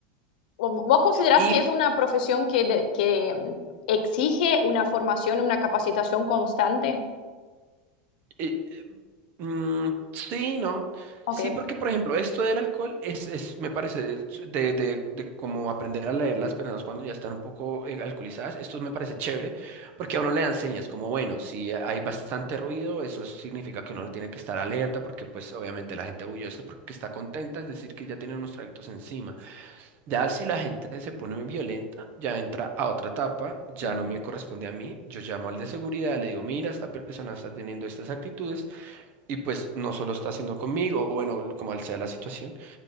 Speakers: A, on the left; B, on the right.
A: ¿o ¿vos considerás
B: Y
A: que es una profesión que, de- que mm, exige una formación, una capacitación constante?
B: eh, Mm, sí, no.
A: Ok.
B: Sí, porque por ejemplo, esto del alcohol es, es me parece, es de, de, de como aprender a leer las personas cuando ya están un poco eh, alcoholizadas, esto me parece chévere, porque a uno le dan señas, como bueno, si hay bastante ruido, eso significa que uno no tiene que estar alerta, porque pues obviamente la gente huye, eso es porque está contenta, es decir, que ya tiene unos traguitos encima. Ya si la gente se pone violenta, ya entra a otra etapa, ya
A: Ujú.
B: no me corresponde a mí, yo llamo al de seguridad, le digo, mira, esta persona está teniendo estas actitudes. Y pues no solo está haciendo conmigo, o bueno, como sea la situación,